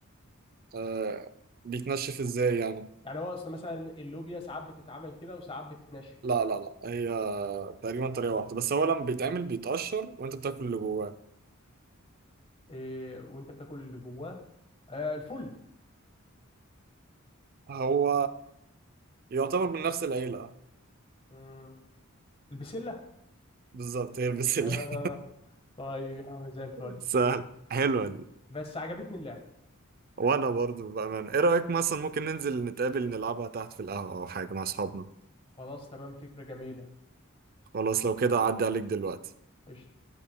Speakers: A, on the right; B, on the left.
A: آه بيتنشف ازاي يعني
B: يعني هو اصل مثلا اللوبيا ساعات بتتعمل كده وساعات بتتنشف
A: لا لا لا هي تقريبا طريقة واحدة بس هو لما بيتعمل بيتقشر وأنت بتاكل اللي جواه
B: إيه، وانت بتاكل اللي جواه آه، الفل
A: هو يعتبر من نفس العيلة
B: مم. البسله
A: بالظبط هي البسلة
B: آه. طيب يا عم زي الفل
A: <laughs> سهل حلوة دي.
B: بس عجبتني اللعبه
A: وانا برضو بأمانة ايه رأيك مثلا ممكن ننزل نتقابل نلعبها تحت في القهوة او حاجة مع اصحابنا
B: خلاص تمام فكره جميله
A: خلاص لو كده اعدي عليك دلوقتي
B: قشطه